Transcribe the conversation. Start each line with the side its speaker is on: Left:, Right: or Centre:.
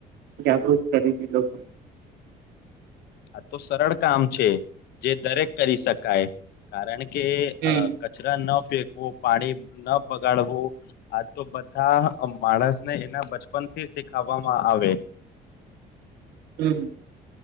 Right: જાગૃત કરેને લોકો
Left: આ તો સરળ કામ છે, જે દરેક કરી શકાય કારણ કે
Right: હમ
Left: કચરા ન ફેક પાણી ન બગાડવું આ તો બધા માણસને એના બચપન થી શીખાવામાં આવે,
Right: હમ્મ